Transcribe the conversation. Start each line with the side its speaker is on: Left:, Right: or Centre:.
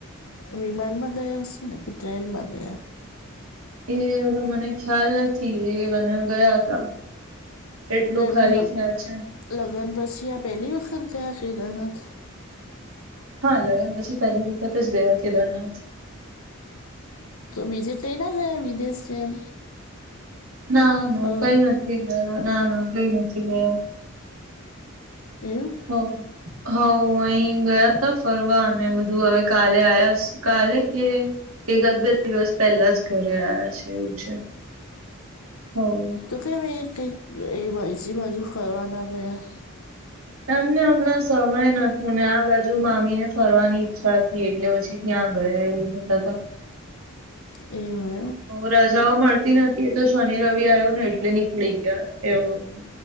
Left: વિમાનમાં ગયા હશે, ને કે ટ્રેનમાં ગયા?
Right: ઈ હવે મને ખ્યાલ નથી, એ મને ગયા હતા. એટલું
Left: તો એમને
Right: ખાલી
Left: લગ
Right: ખ્યાલ છે
Left: લગન પછી આ પેલી વખત ગયા કેદારનાથ?
Right: હા, લગન પછી પહેલી વખત જ ગયા કેદારનાથ.
Left: તો બીજે કઈ ના ગયા વિદેશ કે એમ?
Right: ના-ના
Left: ફરવા
Right: કંઈ નથી ગય, ના-ના કંઈ નથી ગયા.
Left: એવું?
Right: હો. હોઉં, અહીં ગયા તા ફરવા, અને બધું હવે કાલે આયાસ, કાલે કે એકાદ બે દિવસ પહેલા જ ઘરે આયા છે એવું છે, હોવ.
Left: તો કેમ એક એ <unintelligible> બાજુ ફરવા ના ગયા?
Right: એમને હમણાં સમય નતું, ને આ બાજુ મામી ને ફરવાની ઈચ્છા હતી, એટલે પછી ત્યાં ગયા એવું કેતા તા.
Left: એવું એમ.
Right: રજાઓ મળતી નથી, એ તો શનિ રવિ આયો ને એટલે નીકળી ગયા એવો હતું.